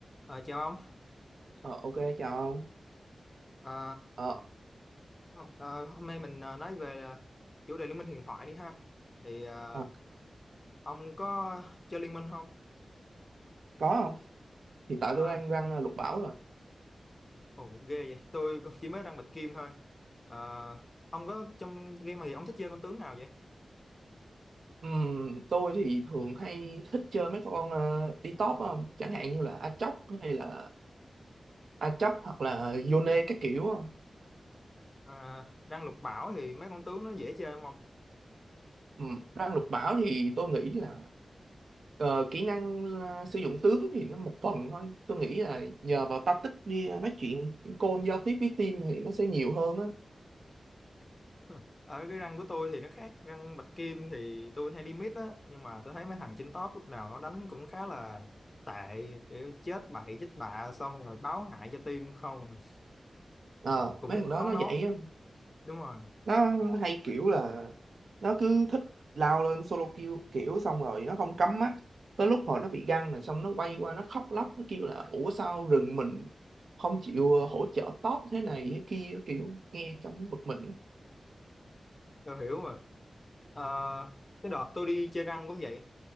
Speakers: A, on the left (about 35°); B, on the right (about 80°).
A: Ờ, chào ông,
B: Ờ, ok chào ông.
A: Ờ,
B: Ờ,
A: hôm ờ, hôm nay mình ờ, nói về ờ, chủ đề Liên minh huyền thoại đi ha. Thì ờ,
B: ờ,
A: ông có chơi Liên minh không?
B: có không? Hiện tại
A: Ờ,
B: tôi đang răng ờ, lục bảo rồi.
A: Ồ, ghê vậy, tôi cũng chỉ mới đang bạch kim thôi. Ờ, ông có trong game thì ông thích chơi con tướng nào vậy?
B: Ừm, tôi thì thường hay thích chơi mấy con ờ, đi top không? Chẳng hạn như là Aatrox hay là Aatrox hoặc là Yone các kiểu không?
A: Ờ, răng lục bảo thì mấy con tướng nó dễ chơi không? ông?
B: Ừm, răng lục bảo thì tôi nghĩ là ờ, kỹ năng ờ, sử dụng tướng thì nó một phần thôi. Tôi nghĩ là nhờ vào tactics đi ờ, nói chuyện call giao tiếp với team thì nó sẽ nhiều hơn á.
A: <laughs> Ở cái răng của tôi thì nó khác, răng bạch kim thì tôi hay đi mid á, nhưng mà tôi thấy mấy thằng trên top lúc nào nó đánh cũng khá là tệ, kiểu chết bậy chết bạ xong rồi báo hại cho team không
B: Ờ,
A: cũng
B: mấy thằng
A: khó
B: đó nó
A: nói
B: vậy á.
A: đúng rồi
B: nó hay kiểu là nó cứ thích lao lên solo kill kiểu xong rồi nó không cắm mắt tới lúc hồi nó bị găng rồi xong nó quay qua nó khóc lóc nó kêu là ủa sao rừng mình không chịu ờ, hỗ trợ top thế này thế kia kiểu nghe trong nó bực mình ấy.
A: tôi hiểu mà Ờ, cái đợt tôi đi chơi răng cũng vậy